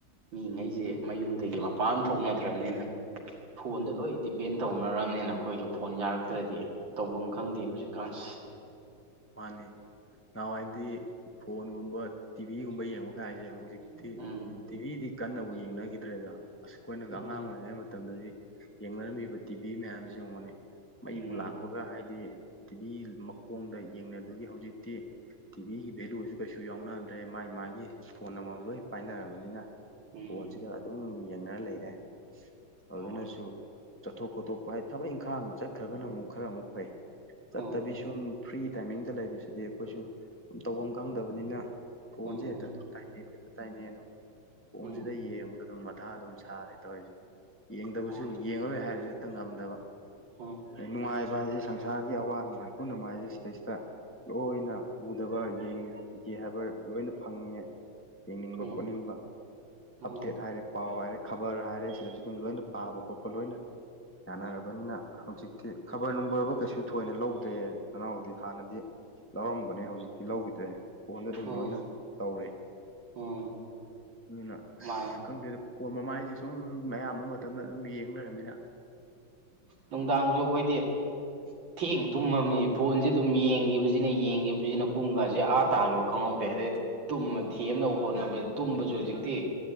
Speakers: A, on the right; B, on the left.
A: ꯃꯤꯉꯩꯖꯦ ꯃꯌꯨꯝꯗꯒꯤ ꯃꯄꯥꯟ ꯑꯝ ꯊꯣꯛꯅꯗ꯭ꯔꯝꯅꯤꯅ ꯐꯣꯟꯗ ꯂꯣꯏ ꯗꯤꯄꯦꯟ ꯇꯧꯅꯔꯝꯅꯤꯅꯥ ꯑꯩꯈꯣꯏꯁꯨ ꯐꯣꯟ ꯌꯥꯔꯛꯇ꯭ꯔꯗꯤ ꯇꯧꯕꯝ ꯈꯪꯗꯦꯕ ꯍꯧꯖꯤꯛꯀꯥꯟꯁꯦ
B: ꯃꯥꯅꯦ ꯅꯍꯥꯟꯋꯥꯏꯗꯤ ꯐꯣꯟꯒꯨꯝꯕ ꯇꯤꯚꯤꯒꯨꯝꯕ ꯌꯦꯡꯕ ꯀꯥꯏꯁꯦ ꯍꯧꯖꯤꯛ ꯇꯤ
A: ꯎꯝ
B: ꯇꯤꯚꯤꯗꯤ ꯀꯟꯅꯕꯨ ꯌꯦꯡꯅꯒꯤꯗ꯭ꯔꯦꯗꯥ ꯑꯁ ꯑꯩꯈꯣꯏꯅꯒ
A: ꯎꯝ
B: ꯑꯉꯥꯡ ꯑꯣꯏꯔꯤꯉꯩ ꯃꯇꯝꯗꯗꯤ ꯌꯦꯡꯅꯔꯝꯃꯤꯕ ꯇꯤꯚꯤ ꯃꯌꯥꯝꯁꯤ ꯌꯦꯡꯉꯣꯅꯦ ꯃꯩꯕꯨ
A: ꯎꯝ
B: ꯂꯥꯛꯄꯒ ꯍꯥꯏꯗꯤ ꯇꯤꯚꯤ ꯃꯈꯣꯡꯗ ꯌꯦꯡꯅꯗꯨꯒꯤ ꯍꯧꯖꯤꯛꯇꯤ ꯇꯤꯚꯤꯒꯤ ꯚꯦꯂꯨꯖꯦ ꯀꯩꯁꯨ ꯁꯨ ꯌꯥꯎꯅꯗ꯭ꯔꯦ ꯃꯥꯏ ꯃꯥꯒꯤ ꯐꯣꯟ ꯑꯃꯃꯝ ꯂꯣꯏ ꯄꯥꯏꯅꯔꯕꯅꯤꯅ
A: ꯎꯝ ꯎꯝ
B: ꯐꯣꯟꯁꯤꯗ ꯑ ꯗꯨꯝ ꯌꯦꯡꯅꯔ ꯂꯩꯔꯦ ꯑꯗꯨꯅꯁꯨ
A: ꯍꯣꯏ
B: ꯆꯠꯊꯣꯛ ꯈꯣꯠꯇꯣꯛꯄ ꯍꯥꯏ ꯊꯕꯛ ꯏꯪꯈꯥꯡ ꯆꯠ ꯈ꯭ꯔꯒꯅ ꯑꯃꯨꯛ ꯈꯔ ꯑꯃꯨꯛ ꯐꯩ ꯆꯠꯇꯕꯤ
A: ꯎꯝ
B: ꯁꯨꯝ ꯐ꯭ꯔꯤ ꯇꯥꯏꯃꯤꯡꯗ ꯂꯩꯕꯁꯤꯗꯤ ꯑꯩꯈꯣꯏꯁꯨ ꯑꯗꯨꯝ ꯇꯧꯕꯝ ꯈꯪꯗꯕꯅꯤꯅ ꯐꯣꯟꯁꯦ
A: ꯎꯝ
B: ꯍꯦꯛꯇ ꯑꯗꯨꯝ ꯇꯥꯏꯅꯩ ꯈꯣꯏ ꯍꯦꯛꯇ ꯇꯥꯏꯅꯩ ꯑꯗꯨꯝ ꯐꯣꯟꯁꯤꯗ
A: ꯎꯝ
B: ꯌꯦꯡꯕꯗ ꯑꯗꯨꯝ ꯃꯊꯥ ꯑꯗꯨꯝ ꯁꯥꯔꯦ ꯇꯧꯔꯤꯁꯦ ꯌꯦꯡꯗꯕꯁꯨ
A: ꯍꯣꯏ
B: ꯌꯦꯡꯉꯔꯣꯏ ꯍꯥꯏꯔꯁꯨ ꯍꯦꯛꯇ ꯉꯝꯗꯕ
A: ꯎꯝ
B: ꯅꯨꯡꯉꯥꯏꯕ ꯍꯥꯏꯁꯦ ꯁꯪ ꯁꯥꯔꯒꯤ ꯑꯋꯥ ꯅꯨꯡꯉꯥꯏ ꯄꯨꯝꯅꯃꯛ ꯍꯥꯏꯔꯤꯁꯦ ꯁꯤ ꯗꯩꯩꯁꯤꯗ ꯂꯣꯏꯅ ꯎꯗꯕ ꯌ‌ꯦꯡ ꯌꯦꯡꯒꯦ ꯍꯥꯏꯕ ꯂꯣꯏꯅ ꯐꯪꯉꯦ ꯌꯦꯡꯅꯤꯡꯕ
A: ꯎꯝ
B: ꯈꯣꯠꯅꯤꯡꯕ
A: ꯎꯝ
B: ꯑꯞꯗꯦꯠ ꯍꯥꯏꯔꯦ ꯄꯥꯎ ꯍꯥꯏꯔꯦ ꯈꯕꯔ ꯍꯥꯏꯔꯦ ꯁꯤꯗꯁꯨ ꯑꯗꯨꯝ ꯂꯣꯏꯅ ꯄꯥꯕ ꯈꯣꯠꯄ ꯂꯣꯏꯅ ꯌꯥꯅꯔꯕꯅꯤꯅ ꯍꯧꯖꯤꯛꯇꯤ ꯈꯕꯔ ꯅꯨꯡꯕ꯭ꯔꯕꯨꯛ ꯀꯩꯁꯨ ꯊꯣꯏꯅ ꯂꯧꯗ꯭ꯔꯦ ꯅꯅꯥꯎꯗꯤ ꯍꯥꯟꯅꯗꯤ ꯂꯧꯔꯝꯕꯅꯦ ꯍꯧꯖꯤꯛꯇꯤ ꯂꯧꯒꯤꯗ꯭ꯔꯦ ꯐꯣꯟꯗ ꯑꯗꯨꯝ
A: ꯎꯝ
B: ꯂꯣꯏꯅ ꯇꯧꯔꯦ
A: ꯎꯝ
B: ꯑꯗꯨꯅ ꯑꯁ
A: ꯃꯥꯅꯦ
B: ꯈꯪꯗꯦꯗ ꯐꯣꯟ ꯃꯃꯥꯏꯁꯦ ꯁꯨꯝ ꯑꯌꯥꯝꯕ ꯃꯇꯝꯗ ꯑꯗꯨꯝ ꯌꯦꯡ ꯂꯩꯔꯝꯃꯤꯅ
A: ꯅꯨꯡꯗꯥꯡꯁꯨ ꯑꯩꯈꯣꯏꯗꯤ ꯊꯦꯡ ꯊꯨꯝꯃꯕꯅꯤ ꯐꯣꯟꯁꯦ ꯑꯗꯨꯝ ꯌꯦꯡꯈꯤꯕꯁꯤꯅ ꯌꯦꯡꯈꯤꯕꯁꯤꯅ ꯄꯨꯡꯒꯁꯦ ꯑꯥ ꯇꯥꯈꯤꯕ ꯈꯪꯍꯧꯗꯦ ꯑꯗꯩꯩ ꯇꯨꯝꯕ ꯊꯦꯝꯅꯕ ꯍꯣꯠꯅꯕ ꯇꯨꯝꯕꯁꯨ ꯍꯧꯖꯤꯛꯇꯤ